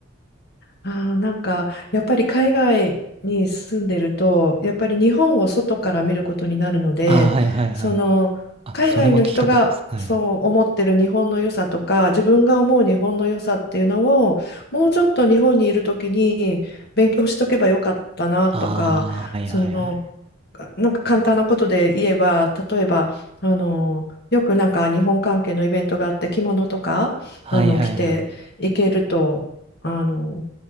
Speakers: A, on the left; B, on the right.
A: あーなんかやっぱり海外に住んでるとやっぱり日本を外から見ることになるのでその海外の人がそう思ってる日本の良さとか自分が思う日本の良さっていうのをもうちょっと日本にいる時に勉強しとけばよかったなとかその
B: ああー、はいはいはい。あ、それも聞きたかったです。はいはい。ああ、はいはいはい。
A: なんか簡単なことで言えば例えばあのよくなんか日本関係のイベントがあって着物とかあの着ていけると。
B: はいはいはい。
A: あの